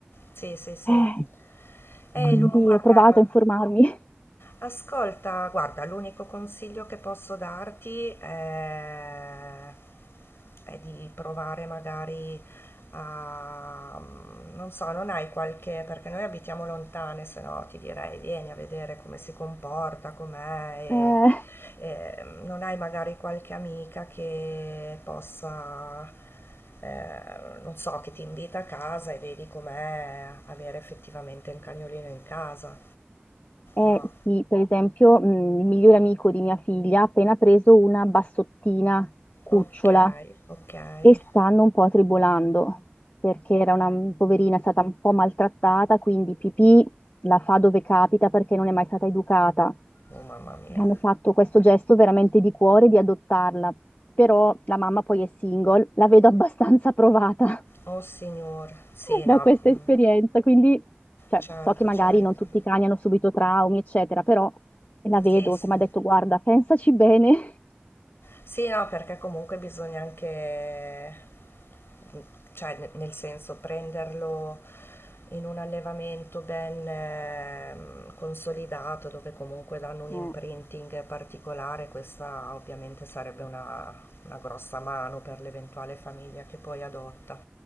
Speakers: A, on the left; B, on the left.
A: sì, sì, sì.
B: Eh,
A: Eh,
B: Mm. quindi
A: lo guarda
B: ho provato a informarmi. <laughs>
A: Ascolta, guarda, l'unico consiglio che posso darti è, è di provare magari a, mm, non so, non hai qualche, perché noi abitiamo lontane, se no ti direi vieni a vedere come si comporta, com'è, e,
B: Eh,
A: e, mm, non hai magari qualche amica che possa, eh, non so, che ti invita a casa e vedi com'è avere effettivamente un cagnolino in casa,
B: Eh
A: no?
B: sì, per esempio, mh, il migliore amico di mia figlia ha appena preso una bassottina cucciola
A: Ok, ok. Eh,
B: e stanno un po' tribolando perché era una poverina, è stata un po' maltrattata, quindi pipì la fa dove capita perché non è mai stata educata.
A: oh mamma mia.
B: E hanno fatto questo gesto veramente di cuore di adottarla, però la mamma poi è single, la vedo <laughs> abbastanza provata
A: Oh signor. Sì, no.
B: da questa
A: mm,
B: esperienza, quindi cioè,
A: Certo,
B: so che magari
A: certo.
B: non tutti i cani hanno subito traumi, eccetera, però la vedo
A: Sì, sì.
B: che mi ha detto, guarda, pensaci bene.
A: Sì, no, perché comunque bisogna anche, mhmm, cioè ne nel senso prenderlo in un allevamento ben, mhmm, consolidato, dove comunque danno un imprinting
B: Eh,
A: particolare, questa ovviamente sarebbe una una grossa mano per l'eventuale famiglia che poi adotta.